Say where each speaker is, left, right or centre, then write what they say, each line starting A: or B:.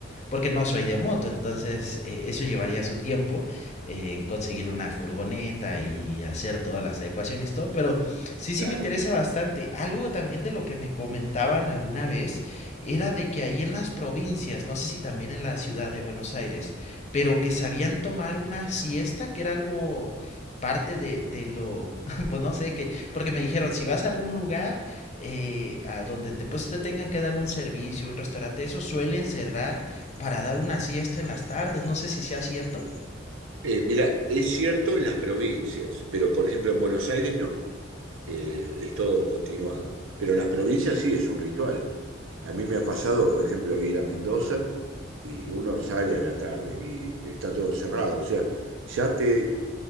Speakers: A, on the left (about 35°); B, on the right (about 85°).
A: porque no soy de moto, entonces eh, eso llevaría su tiempo, eh, conseguir una furgoneta y hacer todas las adecuaciones, todo, pero sí, sí
B: claro.
A: me interesa bastante. Algo también de lo que me comentaban alguna vez era de que ahí en las provincias, no sé si también en la ciudad de Buenos Aires, pero que sabían tomar una siesta, que era algo parte de, de, lo, <laughs> pues no sé, que, porque me dijeron, si vas a algún lugar eh, a donde te, pues, te tengan que dar un servicio, un restaurante, eso suelen cerrar para dar una siesta en las tardes. No sé si sea cierto.
B: Eh, mira, es cierto en las provincias, pero por ejemplo en Buenos Aires no. eh, es todo continuado. Pero en las provincias sí es un ritual. A mí me ha
A: Ah.
B: pasado, por ejemplo, ir a Mendoza y uno sale a la tarde y está todo cerrado. O sea, ya te,